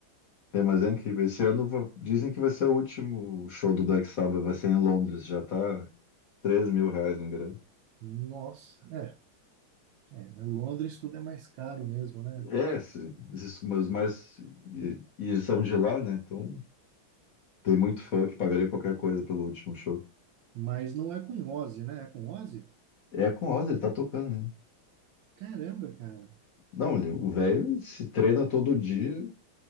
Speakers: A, on the left; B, on the right.
A: É, mas é incrível. Esse ano va- dizem que vai ser o último show do Black Sabbath, vai ser em Londres. Já tá três mil reais no ingresso.
B: Nossa, é, é. Londres tudo é mais caro mesmo, né,
A: É,
B: pai?
A: se- esses, mas, mas e, e eles são de lá, né? Então tem muito fã que pagaria qualquer coisa pelo último show.
B: Mas não é com Ozzy, né? É com Ozzy?
A: É com o Oz, ele tá tocando, né?
B: Caramba, cara.
A: Não, ele- o velho se treina todo dia